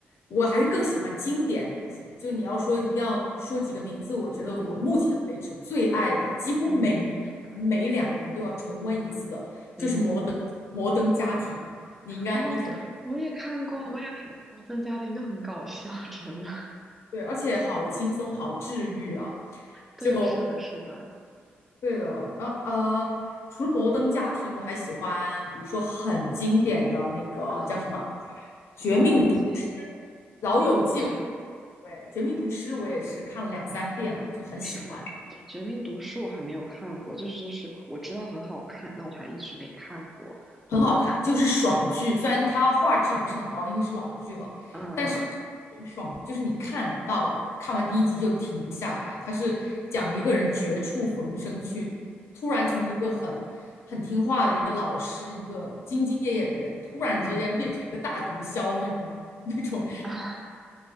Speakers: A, on the left (about 70°); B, in the centre.
A: 我还是更喜欢经典的那些。就你要说一定要说几个名字，我觉得我目前为止最爱的，
B: 嗯
A: 几乎每年每两年都要重温一次的，
B: 嗯嗯嗯嗯。
A: 就是摩《摩登家庭》。你应该，
B: 哦，
A: 你肯定
B: 我也看过，我也看过《摩登家庭》，就很搞笑，真的。<laughs>
A: 对，而且好轻松，好治愈啊！
B: 对，
A: 就
B: 是的，是的。
A: 对的。然后呃，除了《摩登家庭》，我还喜欢，比如说很经典的那个叫什么
B: 嗯，
A: 《绝命毒师》
B: 《老友记》。
A: 《老友记》。
B: 哦，绝
A: 对，《绝命毒师》我也是看了两三遍了，就很喜欢，
B: 是吗？《绝命毒师》我还没有看过，就是就是我知道很好看，那我还一直没看过。
A: 很好看，就是爽剧。虽然它画质不是很高，因为是老剧了，
B: 嗯
A: 但是挺爽，就是你看到看完第一集就停不下来。它是讲一个人绝处逢生去，突然从一个很很听话的一个老师，一个兢兢业业的人，突然之间变成一个大毒枭那种
B: 嗯
A: <laughs> 那种
B: 啊